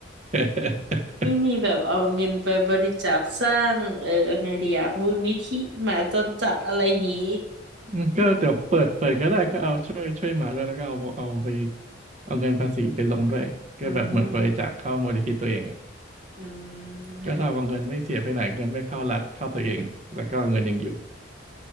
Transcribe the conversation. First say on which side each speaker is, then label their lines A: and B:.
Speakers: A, on the right (about 40°); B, on the right (about 65°).
A: <laughs>
B: ไม่มีแบบเอาเงินไปบริจาคสร้างเออเอาไงดีอะมูลนิธิหมาจรจัดอะไรอย่างงี้
A: อืมก็เดี๋ยวเปิดเปิดก็ได้ก็เอาช่วยช่วยหมาด้วยแล้วก็เอาเอาไปเอาเงินภาษีไปลงด้วยก็แบบเหมือนบริจาคเข้ามูลนิธิตัวเองอ่ะ
B: อืมอืมโอเค
A: ก็เท่ากับเงินไม่เสียไปไหนเงินไม่เข้ารัฐเข้าตัวเองแล้วก็เงินยังอยู่